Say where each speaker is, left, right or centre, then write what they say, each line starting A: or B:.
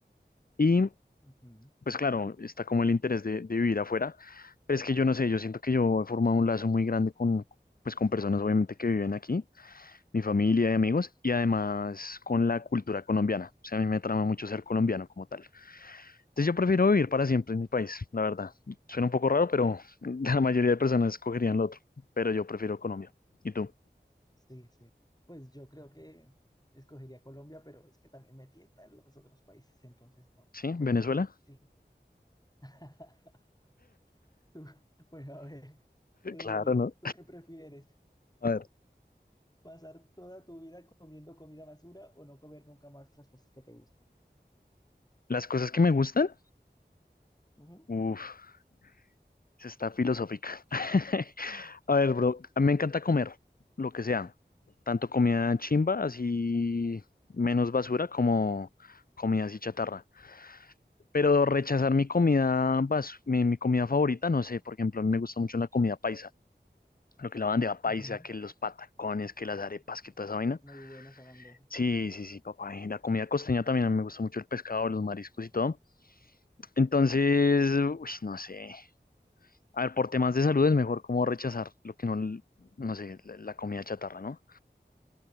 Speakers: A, on the left (about 50°); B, on the left (about 20°).
A: Y
B: Ujú, de
A: pues
B: acuerdo.
A: claro, está como el interés de, de vivir afuera, pero es que yo no sé, yo siento que yo he formado un lazo muy grande con, pues, con personas obviamente que viven aquí mi familia y amigos, y además con la cultura colombiana. O sea, a mí me trama mucho ser colombiano como tal. Entonces yo prefiero vivir para siempre en mi país, la verdad. Suena un poco raro, pero <laughs> la mayoría de personas escogerían lo otro, pero yo prefiero Colombia. ¿Y tú?
B: Sí, sí. Pues yo creo que escogería Colombia, pero es que también me tientan los otros países, entonces no.
A: ¿Sí?
B: Pues
A: ¿Venezuela?
B: creo que sí. <laughs> Tú- bueno, a ver,
A: <laughs>
B: eh,
A: Claro, ¿no?
B: ¿tú qué prefieres?
A: A ver,
B: ¿Pasar toda tu vida comiendo comida basura o no comer nunca más las cosas que te gustan?
A: las cosas que me gustan,
B: Ujú.
A: uff, está filosófica. <laughs> A ver, bro, a mí me encanta comer lo que sea, tanto comida chimba, así menos basura, como comida así chatarra. Pero rechazar mi comida, bas- mi, mi comida favorita, no sé, por ejemplo, a mí me gusta mucho la comida paisa, lo que es la bandeja paisa,
B: Ujú.
A: que los patacones, que las arepas, que toda
B: Vas,
A: esa vaina.
B: que es muy buena esa bandeja.
A: Sí, sí, sí, papá. Y la comida costeña también, a mí me gusta mucho el pescado, los mariscos y todo. Entonces, uy, no sé. A ver, por temas de salud es mejor como rechazar lo que no, no sé, la, la comida chatarra, ¿no?